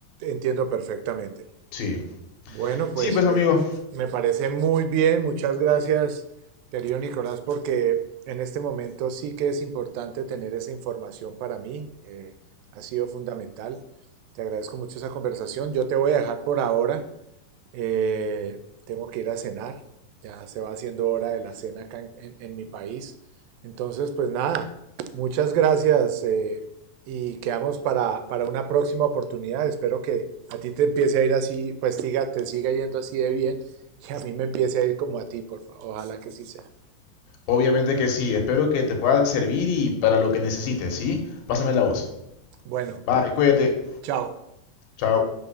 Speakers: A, on the right (about 80°); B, on the left (about 75°).
A: entiendo perfectamente.
B: Sí.
A: Bueno, pues
B: Sí, pues
A: me,
B: amigo,
A: me parece muy bien. Muchas gracias, querido Nicolás, porque en este momento sí que es importante tener esa información para mí. eh, ha sido fundamental. Te agradezco mucho esa conversación. Yo te voy a dejar por ahora eh, tengo que ir a cenar, ya se va haciendo hora de la cena acá en, en- en mi país. Entonces, pues nada, muchas gracias eh, y quedamos para, para una próxima oportunidad. Espero que a ti te empiece a ir así, pues tiga te siga yendo así de bien y a mí me empiece a ir como a ti, por favor. Ojalá que sí sea.
B: obviamente que sí, espero que te pueda servir y para lo que necesites, ¿sí? Pásame la voz.
A: Bueno,
B: Bye, cuídate,
A: chao.
B: chao.